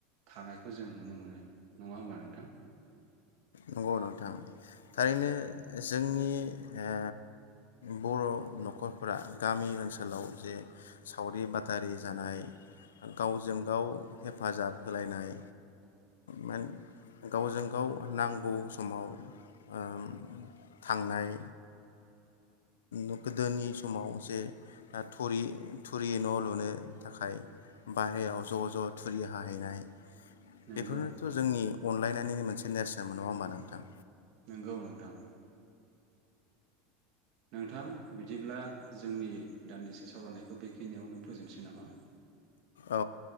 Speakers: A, on the right (about 60°); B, on the left (about 85°).
A: थानायखौ जों नुनो मोनो नङा होमबा नोंथां
B: नंगौ नोंथां थारैनो जोंनि ओ बर' न'खरफोरा गामि ओनसोलाव जे सावरि बादारि जानाय गावजों गाव हेफाजाब होलायनाय मोन गावजों गाव नांगौ नांगौ समाव ओ थांनाय ओ गोदोनि समाव जे थुरि थुरि न' लुनो थाखाय बाहेरायाव ज' ज' थुरि हाहैनाय
A: नंगौ
B: बेफोरनोथ'
A: नोंथां
B: जोंनि अनलायनानैनो मोन सिनेस मोन नङा होमबा नोंथां
A: नोंगौ नोंथां नोंथां बिदिब्ला जोंनि दान्दिसे सावरायनायखौ बेखिनियावनो फोजोबनोसै नामा?
B: औ